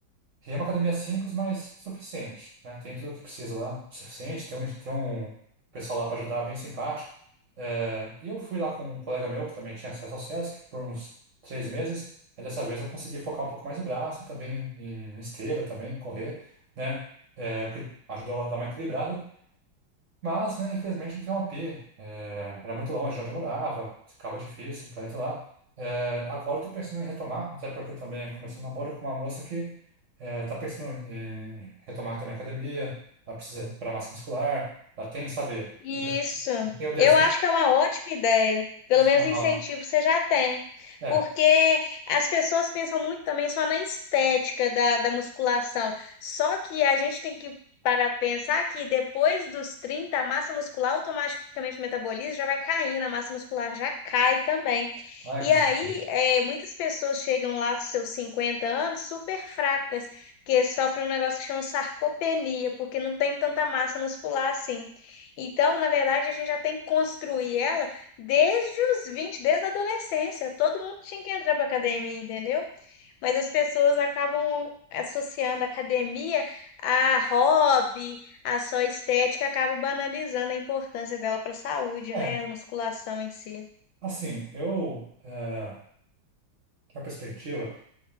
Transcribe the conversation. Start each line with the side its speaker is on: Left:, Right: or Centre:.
Right: E é uma academia simples, mas suficiente, né? Tem tudo o que precisa lá, suficiente. Tem um, tem um pessoal lá para ajudar, bem simpático. É, e eu fui lá com um colega meu, que também tinha acesso ao SESC, por uns três meses. Aí dessa vez eu consegui focar um pouco mais no braço, e também em esteira, também correr, né? É, o que ajudou a dar uma equilibrada. Mas, né, infelizmente, não tinha um AP. É, era muito longe de onde eu morava, ficava difícil para ir até lá. É, agora eu tô pensando em retomar, até porque eu também comecei um namoro com uma moça que é, tá pensando em retomar também a academia, ela precisa recuperar massa muscular, ela tem, sabe,
Left: Isso.
Right: o de- tem o desenho
Left: Eu acho que é uma ótima ideia. Pelo
Right: de
Left: menos
Right: casal.
Left: incentivo você já tem.
Right: né?
Left: Porque
Right: É,
Left: as pessoas pensam muito também só na estética da, da musculação. Só que a gente tem que parar para pensar que depois dos 30 a massa muscular automaticamente metaboliza, já vai caindo, a massa muscular já cai também.
Right: ai,
Left: E
Right: que desespero.
Left: aí, eh, muitas pessoas chegam lá aos seus 50 anos super fracas, porque sofrem um negócio que chama sarcopenia, porque não tem tanta massa muscular assim. Então, na verdade, a gente já tem que construir ela desde os 20 desde a adolescência. Todo mundo tinha que entrar para academia, entendeu? Mas as pessoas acabam associando a academia a hobby, a só estética, acaba banalizando a importância dela para a saúde,
Right: É,
Left: né? A musculação em si.
Right: assim, eu, é, tinha uma perspectiva.